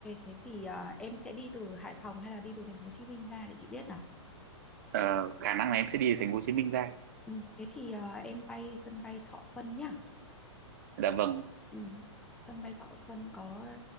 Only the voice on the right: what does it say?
Ờ, khả năng là em sẽ đi từ thành phố Hồ Chí Minh ra
dạ vâng